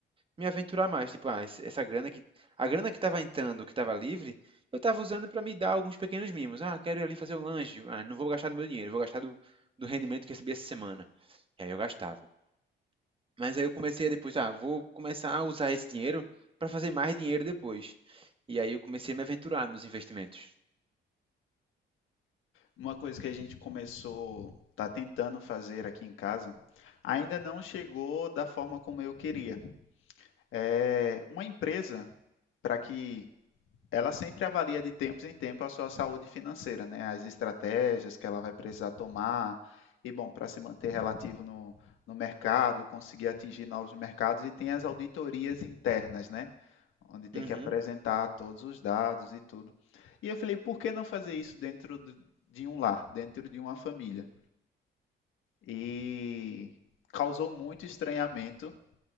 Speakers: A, on the right; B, on the left.
A: me aventurar mais. Tipo, ah, esse- essa grana que a grana que estava entrando, que estava livre, eu estava usando para me dar alguns pequenos mimos. Ah, quero ir ali fazer um lanche. Ah, não vou gastar do meu dinheiro, vou gastar do, do rendimento que recebi essa semana. E aí eu gastava. Mas aí eu comecei a depois, ah, vou começar a usar esse dinheiro para fazer mais dinheiro depois. E aí eu comecei a me aventurar nos investimentos.
B: Uma coisa que a gente começou, tá tentando fazer aqui em casa, ainda não chegou da forma como eu queria. É uma empresa para que ela sempre avalia de tempos em tempos a sua saúde financeira, né? As estratégias que ela vai precisar tomar e bom, para se manter relativo no, no mercado, conseguir atingir novos mercados e tem as auditorias internas, né? onde tem
A: Uhum.
B: que apresentar todos os dados e tudo. E eu falei, por que não fazer isso dentro de um lar, dentro de uma família? E causou muito estranhamento,